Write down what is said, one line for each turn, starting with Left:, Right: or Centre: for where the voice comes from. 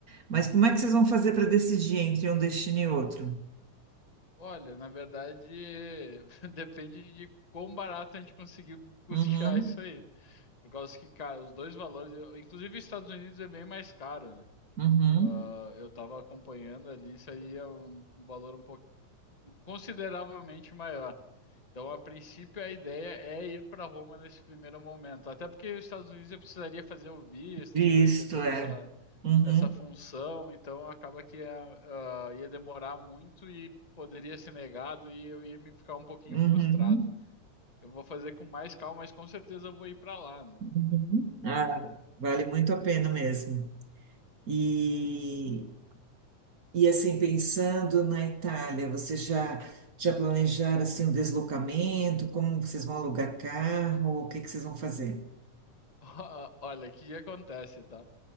Right: Mas como é que vocês vão
Left: Ah,
Right: fazer para decidir entre um destino e outro?
Left: Olha, na verdade, <laughs> depende de quão barato a gente conseguir custear
Right: Uhum,
Left: isso aí. Por causa que, cara, os dois valores, eu- inclusive os Estados Unidos é bem mais caro, né?
Right: uhum.
Left: Ah, eu tava acompanhando ali, isso aí é um um valor um pouco consideravelmente maior. Então, a princípio, a ideia é ir para Roma nesse primeiro momento. Até porque os Estados Unidos eu precisaria fazer o visto,
Right: Visto,
Left: ia ter toda
Right: é.
Left: essa
Right: Uhum.
Left: essa função, então acaba que ia, ah, ia demorar muito e poderia ser negado e eu ia me ficar um pouquinho
Right: Uhum,
Left: frustrado. Eu vou fazer com mais calma, mas com certeza eu vou ir para lá, né?
Right: uhum. Ah, vale muito a pena mesmo. E, e assim, pensando na Itália, você já, já planejaram assim, o deslocamento? Como vocês vão alugar carro? O que que vocês vão fazer?
Left: <laughs> Olha, o que que acontece, tá?